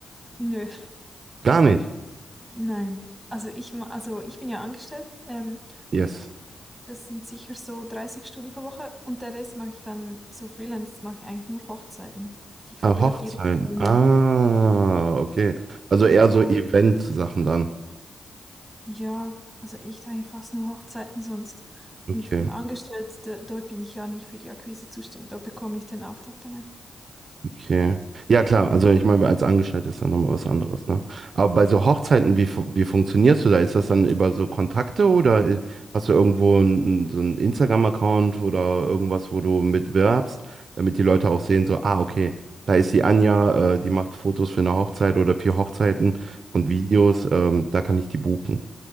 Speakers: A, in the centre; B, on the right.
A: nö,
B: Gar nicht.
A: nein. Also ich, ma- also ich bin ja angestellt. Ähm,
B: Yes.
A: das sind sicher so 30 Stunden pro Woche und der Rest mache ich dann so Freelance, mache ich eigentlich nur Hochzeiten, die ich
B: Ah,
A: fotografiere
B: Hochzeiten.
A: und filme.
B: Ah, okay. Also eher
A: So
B: so Event-Sachen dann.
A: Ja, also echt eigentlich fast nur Hochzeiten sonst. Und
B: Okay.
A: angestellt, da, dort bin ich ja nicht für die Akquise zuständig. Dort bekomme ich den Auftrag dann einfach.
B: Okay. Ja, klar. Also
A: Das-
B: ich meine, als Angestellter ist dann nochmal was anderes, ne? Aber bei so Hochzeiten, wie, fu- wie funktionierst du da? Ist das dann über so Kontakte oder i- hast du irgendwo n- n- so einen Instagram-Account oder irgendwas, wo du mitwirbst, damit die Leute auch sehen, so, ah, okay, da ist die Anja, äh, die macht Fotos für eine Hochzeit oder für Hochzeiten und Videos, ähm, da kann ich die buchen.